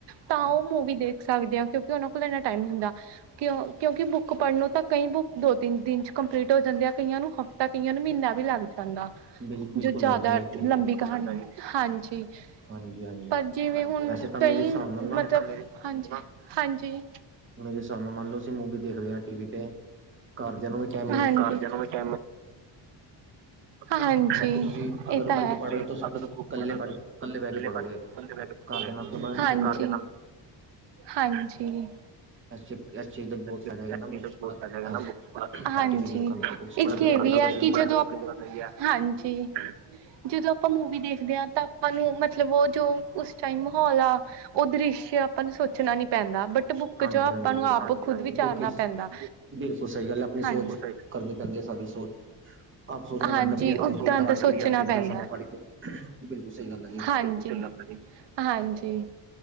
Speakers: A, on the right; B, on the right.
A: ਤਾਂ ਉਹ ਮੂਵੀ ਦੇਖ ਸਕਦੇ ਆ ਕਿਉਂਕਿ ਉਹਨਾਂ ਕੋਲ ਇੰਨਾ ਟਾਈਮ ਹੁੰਦਾ ਕਿ ਕਿਉਂਕਿ ਬੁੱਕ ਪੜ੍ਹ ਨੂੰ ਤਾਂ ਕਈ ਬੁੱਕ ਦੋ ਤਿੰਨ ਦਿਨ ਚ ਕੰਪਲੀਟ ਹੋ ਜਾਂਦੀ ਆ ਕਈਆਂ ਨੂੰ ਹਫ਼ਤਾ ਕਈਆਂ ਨੂੰ ਮਹੀਨਾ ਵੀ ਲੱਗ ਜਾਂਦਾ
B: ਬਿਲ ਬਿਲਕੁਲ
A: ਜੋ ਜ਼ਿਆਦਾ
B: ਲੱਗਦਾ ਜੀ ਬਿਲਕੁਲ
A: ਲੰਬੀ ਕਹਾਣੀ ਹਾਂਜੀ
B: ਹਾਂਜੀ ਹਾਂਜੀ
A: ਪਰ ਜਿਵੇਂ ਹੁਣ
B: ਵੈਸੇ ਤਾਂ
A: ਕਈ
B: ਮੇਰੇ ਹਿਸਾਬ ਨਾਲ
A: ਮਤਲਬ
B: ਨਾ
A: ਹਾਂਜੀ ਹਾਂਜੀ
B: ਮੇਰੇ ਹਿਸਾਬ ਨਾਲ ਮੰਨ ਲਓ ਅਸੀਂ ਮੂਵੀ ਦੇਖਦੇ ਹਾਂ ਟੀ ਵੀ ਤੇ ਘਰਦਿਆਂ ਨੂੰ ਮੈਂ ਕਿਹਾ
A: ਹਾਂਜੀ ਹਾਂਜੀ
B: ਬਾਕੀ ਤੁਸੀਂ ਅਗਰ
A: ਇਹ ਤਾਂ
B: ਬੁੱਕ
A: ਹੈ
B: ਪੜ੍ਹ ਰਹੇ ਹੋ ਤੁਸੀਂ ਬੁੱਕ ਇਕੱਲੇ
A: ਕੱਲੇ
B: ਪੜ੍ਹ ਇਕੱਲੇ ਕੇ ਪੜ੍ਹੋਗੇ
A: ਬਹਿ ਕੇ ਪੜੋ
B: ਘਰਦਿਆਂ ਨਾਲ ਤਾਂ ਪੜ੍ਹ ਨਹੀਂ
A: ਹਾਂਜੀ
B: ਸਕਦੇ
A: ਹਾਂਜੀ
B: ਇਸ ਚੀ ਇਸ ਚੀਜ਼ ਦਾ ਵੀ ਬਹੁਤ
A: ਅੱਛ
B: ਫਾਇਦਾ ਹੈਗਾ
A: ਅੱਛੇ
B: ਨਾ ਬੁੱਕਸ
A: ਤਾਂ
B: ਪੜ੍ਹ
A: ਬਹੁ ਹੈਗਾ ਨਾ <unintelligible> ਹਾਂਜੀ
B: ਟੀ ਵੀ ਦੇਖਣ ਦਾ ਬੁੱਕਸ ਪੜ੍ਹਨ
A: ਇੱਕ
B: ਦਾ
A: ਇਹ
B: ਆਪਣੀ
A: ਵੀ
B: ਜਗ੍ਹਾ
A: ਆ
B: ਸਹੀ
A: ਕਿ ਜਦੋਂ
B: ਹੈ
A: ਹਾਂਜੀ ਜਦੋਂ ਆਪਾਂ ਮੂਵੀ ਦੇਖਦੇ ਹਾਂ ਤਾਂ ਆਪਾਂ ਨੂੰ ਮਤਲਬ ਉਹ ਜੋ ਉਸ ਟਾਈਮ ਮਾਹੌਲ ਆ ਉਹ ਦ੍ਰਿਸ਼ਯ ਆਪਾਂ ਨੂੰ ਸੋਚ ਸੋਚਣਾ ਨੀ ਪੈਂਦਾ ਬਟ ਬੁੱਕ
B: ਹਾਂਜੀ
A: ਚ
B: ਹਾਂਜੀ
A: ਆਪਾਂ ਨੂੰ
B: ਬਿਲਕੁਲ
A: ਆਪ ਖੁਦ ਵਿਚਾਰਨਾ
B: ਬੁੱਕ ਇਚ
A: ਪੈਂਦਾ
B: ਬਿਲਕੁਲ ਸਹੀ ਗੱਲ ਹੈ ਆਪਣੀ ਸੋਚ
A: ਹਾਂਜੀ
B: ਕਰਨੀ ਪੈਂਦੀ ਹੈ ਸਾਰੀ ਸੋਚ ਆਪ ਸੋਚਣਾ
A: ਹਾਂਜੀ
B: ਪੈਂਦਾ ਬਈ ਇੱਥੇ
A: ਉਦਾਂ
B: ਕੀ
A: ਦਾ
B: ਹੈ
A: ਸੋਚਣਾ
B: ਕਿੱਦਾਂ ਕਿੱਦਾਂ
A: ਪੈਂਦਾ
B: ਸਾਨੂੰ ਪੜ੍ਹ ਕੇ ਬਿਲਕੁਲ ਸਹੀ ਗੱਲ ਹੈ ਜੀ
A: ਹਾਂਜੀ ਹਾਂਜੀ